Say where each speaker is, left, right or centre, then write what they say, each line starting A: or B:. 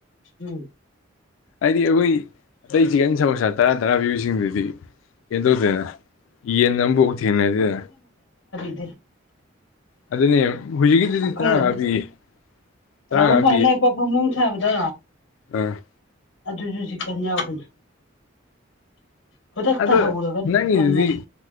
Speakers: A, on the left; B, on the left.
A: ꯎꯝ
B: ꯍꯥꯏꯗꯤ ꯑꯩꯈꯣꯏ ꯑꯇꯩ ꯆꯤꯛꯀꯟ ꯁꯃꯣꯁꯥ ꯇꯔꯥ ꯊꯔꯥ ꯄꯤꯕꯁꯤꯡꯗꯨꯗꯤ ꯀꯩꯅꯣ ꯇꯧꯗꯦꯅ ꯌꯦꯟ ꯑꯃꯐꯥꯎ ꯊꯦꯡꯅꯗꯗꯅ
A: ꯗꯤ
B: ꯑꯗꯨꯅꯦ ꯍꯧꯖꯤꯛꯀꯤꯗꯨꯗꯤ
A: ꯃꯈꯈꯩ
B: ꯇꯔꯥꯃꯉꯥ ꯄꯤꯌꯦ ꯇꯔꯥꯃꯉꯥ
A: ꯅꯍꯥꯟꯨ ꯐ ꯂꯛ ꯄ ꯐꯃꯣꯡ ꯊꯥꯕꯗꯣ
B: ꯑ
A: ꯑꯗꯨꯁꯨ ꯆ ꯀꯟ ꯌꯥꯎꯕꯅꯤ ꯈꯨꯗꯛꯇ
B: ꯑꯗꯣ
A: ꯍꯧꯔꯒꯅꯤ
B: ꯅꯪꯒꯤꯗꯨꯗꯤ
A: ꯐꯪꯅꯗꯦ